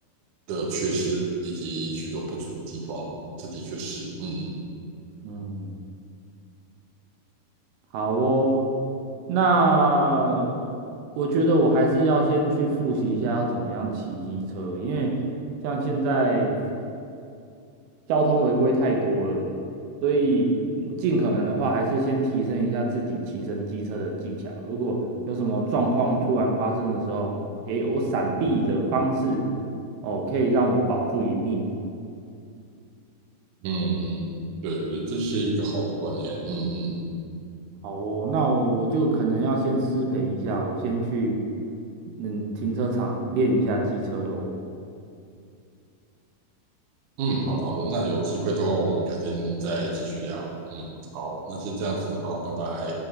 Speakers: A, on the right; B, on the right.
A: 的缺失，以及许多不足的地方，这的确是，嗯
B: 嗯，好哦，那我我觉得我还是要先去复习一下要怎么样骑机车，因为像现在交通违规太多了，所以嗯尽可能的话还是先提升一下自己骑乘机车的技巧。如果有什么状况突然发生的时候，诶，我闪避的方式，哦，可以让我保住一命。
A: 嗯，对对，这是一个好的观念，嗯嗯
B: 好哦，那我我就可能要先失陪一下，我先去嗯停车场练一下机车喽。
A: 嗯，好的好的，那有机会的话，我们改天再继续聊，嗯，好，那先这样子，好，拜拜。